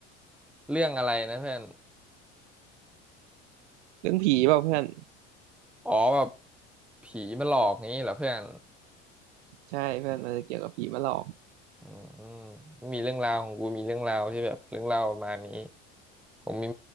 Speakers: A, in the centre; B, on the right.
A: เรื่องอะไรนะเพื่อน
B: เรื่องผีเปล่าเพื่อน
A: อ๋อแบบผีมาหลอกงี้เหรอเพื่อน
B: ใช่เพื่อนอาจจะเกี่ยวกับผีมาหลอก
A: อืมมีเรื่องราวของกูมีเรื่องราวที่แบบเรื่องราวประมาณนี้ผมมี